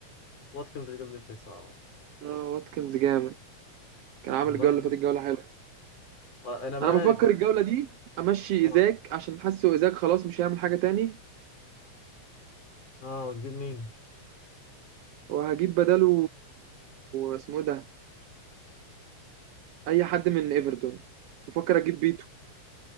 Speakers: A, on the left; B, on the right.
A: واتكنز اللي جاب لي التسعة
B: اه واتكنز جامد كان عامل
A: والله
B: الجولة اللي فاتت جولة حلوة
A: انا بقى
B: انا بفكر الجولة دي امشي ايزاك
A: اه
B: عشان حاسه ايزاك خلاص مش هيعمل حاجة تاني
A: اه تجيب مين
B: وهجيب بداله اسمه إيه ده اي حد من ايفرتون بفكر اجيب بيتو